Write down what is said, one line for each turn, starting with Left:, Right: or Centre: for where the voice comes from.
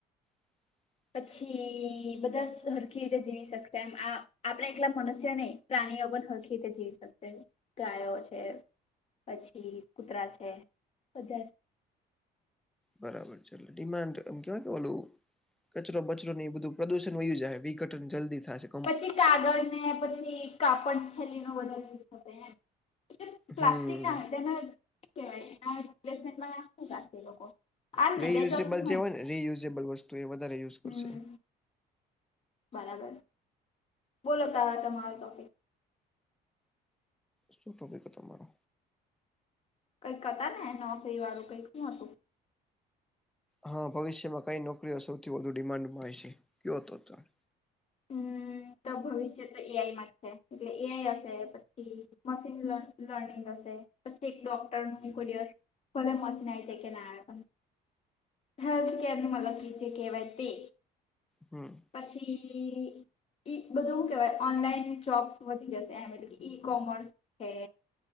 Centre: હ <inaudible>
Left: પછી બધા સરખી રીતે જીવી શકશે એમ આ આપણે એકલા મનુષ્યો નને. પ્રાણીઓ પણ હખી રીતે જીવી શકશે, ગાયો છે. પછી કૂતરા છે, બધા.
Centre: બરાબર ચાલ ડિમાન્ડ એમ કેવાય કે ઓલું કચરો બચરો એ બધું પ્રદુષણ વય્યું જ વિઘટન જલ્દી થાય.
Left: પછી કાગળ ને પછી કાપડ છેલ્લી ન બલ પ્લાસ્ટિક
Centre: હમ્મ
Left: ના હોય તેના કેવાયમે એ લોકો. આજ
Centre: રિયુઝેબલ
Left: ને બે જ ઓપ્શન
Centre: જે હોય ને રિયુઝેબલ વસ્તુ એ વધારે યુઝ કરશે.
Left: હમ બરાબર, બોલો તાર તમારો ટોપિક.
Centre: શું ટોપિક તમારો?
Left: કઈક હતા ને નોકરી વાળું કઈક શું હતું.
Centre: હા ભવિષ્યમાં કઈ નોકરીઓ સૌથી વધુ ડિમાન્ડમાંય છે? કયો હતો.
Left: હમ. તો ભવિષ્ય તો એ આઈ માં જ છે એટલે એ આઈ હશે પછી મશીન લર્નિંગ હશે. પછી એક ડોક્ટર ખોલીિવ ભલે મશીન આવી જ કે ના આવે. હેલ્થ કેરનું મતલબ કી જેે કે વતિ
Centre: હમ.
Left: પછી. ઈ બધું હું કહેવાય ઓનલાઈન જોબ્સ વધી જશે એમ એટલે કે ઈ કોમર્સ હૈ.